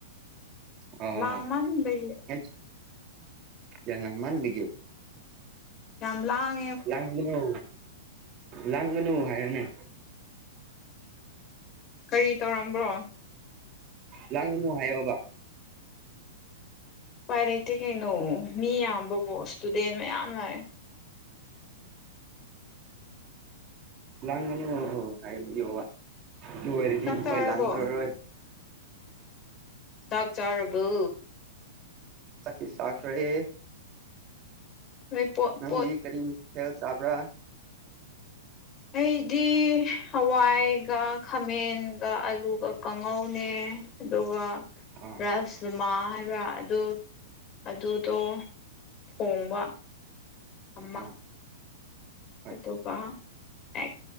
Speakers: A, on the right; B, on the left.
A: ꯑꯣ
B: ꯂꯥꯡꯃꯟꯕꯒꯤ
A: <unintelligible>
B: ꯌꯥꯝ ꯂꯥꯡ
A: ꯂꯒꯅꯣ ꯂꯒꯅꯣ ꯍꯥꯏꯑꯣꯅꯦ
B: ꯀꯔꯤ ꯇꯧꯔꯝꯕ꯭ꯔꯣ
A: ꯂꯥꯡꯒꯅꯨ ꯍꯥꯏꯌꯣꯕ
B: ꯎꯄꯥꯏ ꯂꯩꯇꯦ ꯀꯩꯅꯣ ꯃꯤ ꯌꯥꯝꯕꯕꯨꯣ ꯏꯁꯇꯨꯗꯦꯟ ꯃꯌꯥꯝ ꯂꯥꯛꯑꯦ
A: ꯂꯒꯅꯣ ꯍꯥꯏꯑꯣꯕ ꯑꯣꯏꯔꯗꯤ
B: ꯆꯥꯛ ꯆꯥꯔꯕꯣ
A: ꯂꯒ ꯑꯣꯏ
B: ꯆꯥꯛ ꯆꯔꯔꯕꯕꯨ
A: ꯆꯥꯛꯇꯤ ꯆꯥꯈꯔꯦ
B: ꯅꯣꯏ ꯄꯣꯠ
A: ꯅꯪꯗꯤ
B: ꯄꯣꯠ
A: ꯀꯔꯤ ꯃꯤꯊꯦꯜ ꯆꯥꯕ꯭ꯔꯥ
B: ꯑꯩꯗꯤ ꯍꯋꯥꯏꯒ ꯈꯥꯃꯦꯟꯒ ꯑꯂꯨꯒ ꯀꯥꯡꯉꯧꯅꯦ ꯑꯗꯨꯒ
A: ꯑꯥ
B: ꯔꯁ ꯃꯥ ꯍꯥꯏꯕ꯭ꯔꯥ ꯑꯗꯨ ꯑꯗꯨꯗꯣ ꯊꯣꯡꯕ ꯑꯃ
A: ꯑꯥ ꯍꯣꯏ
B: ꯑꯗꯨꯒ ꯑꯦꯛ